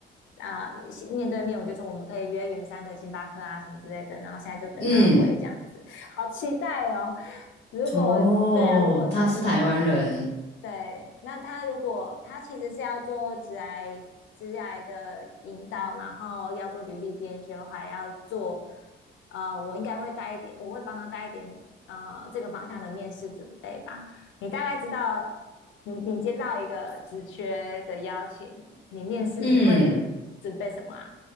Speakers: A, on the left; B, on the left.
A: 啊、呃面对面？我就说我们可以约圆山的星巴克啊什么之类的。然后现在就等他回这样子，
B: 嗯。
A: 好期待哦。如果对啊，
B: 哦，
A: 如果成的话，
B: 他是台湾人。
A: 对，那他如果他其实是要做职癌职癌的引导，然后要做履历编修，还要做。呃，我应该会带一点，我会帮他带一点呃这个方向的面试准备吧。你大概知道，你你接到一个职缺的邀请，你面试你会准备什么啊？
B: 嗯，